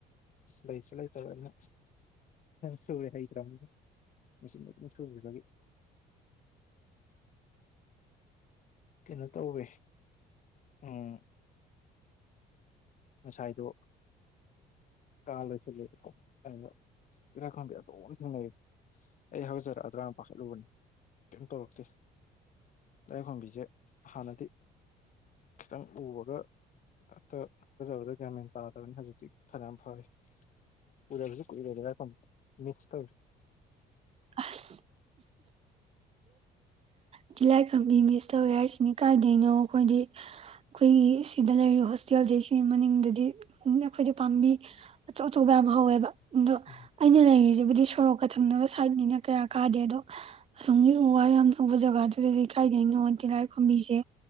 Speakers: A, on the left; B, on the right.
A: ꯂꯩꯁꯨ ꯂꯩꯇꯕ ꯑꯩꯅ ꯁꯨꯦ ꯍꯩꯇ꯭ꯔꯅꯤ ꯃꯦꯆꯤꯟ ꯑꯗꯨ ꯁꯨꯈꯤꯕꯒꯤ ꯀꯩꯅꯣ ꯇꯧꯋꯦ ꯎꯝ ꯉꯁꯥꯏꯗꯣ ꯀ ꯂꯣꯏꯁꯤꯜꯂꯕꯀꯣ ꯑꯗꯨꯩꯅ ꯇꯤꯔ ꯈꯪꯕꯤ ꯑꯗꯨꯣꯝ ꯊꯦꯡꯅꯩ ꯑꯩ ꯍꯧꯖꯔꯛꯑꯗ꯭ꯔꯥ ꯄꯥꯈꯠꯂꯨꯕꯅꯤ ꯀꯔꯤꯝ ꯇꯧꯔꯛꯇꯦ ꯂꯥꯏꯈꯪꯕꯤꯁꯦ ꯍꯥꯟꯅꯗꯤ ꯈꯤꯇꯪ ꯎꯕꯒ ꯍꯇ ꯐꯒꯖꯕꯗꯣ ꯀꯌꯥꯝꯃꯦꯟ ꯇꯥꯗꯕꯅꯤ ꯍꯧꯖꯤꯛ ꯐꯔꯝ ꯐꯔꯦꯖꯁꯨ ꯀꯨꯏꯔ ꯀ ꯃꯤꯁ ꯇꯧꯔꯤ
B: ꯑꯁ ꯇꯤꯂꯥꯏ ꯈꯥꯝꯕꯤ ꯃꯤꯁ ꯇꯧꯋꯦ ꯍꯥꯏꯁꯤꯅꯤ ꯀꯥꯏꯗꯩꯅꯣ ꯑꯩꯈꯣꯏꯗꯤ ꯑꯩꯈꯣꯏꯒꯤ ꯁꯤꯗ ꯂꯩꯔꯤꯕ ꯍꯣꯁꯇꯦꯜꯁꯦ ꯁꯤ ꯃꯅꯤꯡꯗꯗꯤ ꯑꯩꯈꯣꯏꯗꯤ ꯄꯥꯝꯕꯤ ꯑꯆꯧꯞ ꯑꯆꯣꯞꯄ ꯌꯥꯝ ꯍꯧꯋꯦꯕ ꯑꯗꯣ
A: ꯎꯝ
B: ꯑꯩꯅ ꯂꯩꯔꯤꯁꯤꯕꯨꯗꯤ ꯁꯣꯔꯣꯛꯀ ꯊꯪꯅꯕ ꯁꯥꯏꯠꯅꯤꯅ ꯀꯌꯥ ꯀꯥꯗꯦꯗꯣ ꯑꯨꯡꯒꯤ ꯎ ꯋꯥ ꯌꯥꯝ ꯕꯨꯖꯣ ꯑꯗꯨꯒ ꯑꯗꯨꯗꯗꯤ ꯀꯥꯏꯗꯦ ꯅꯉꯣꯟꯇꯤꯂꯥꯏ ꯐꯣꯝꯕꯤꯁꯦ